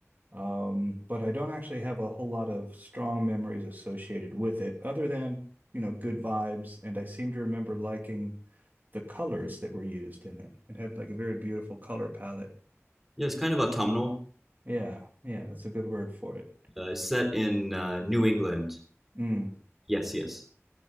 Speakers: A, on the right; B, in the centre.
A: um, but I don't actually have a whole lot of strong memories associated with it, other than, you know, good vibes. And I seem to remember liking the colors that were used in it. It had like a very beautiful color palette.
B: Yeah, it's kind of autumnal,
A: Yeah, yeah, that's a good word for it.
B: uh, set in uh, New England.
A: Mm.
B: Yes, yes.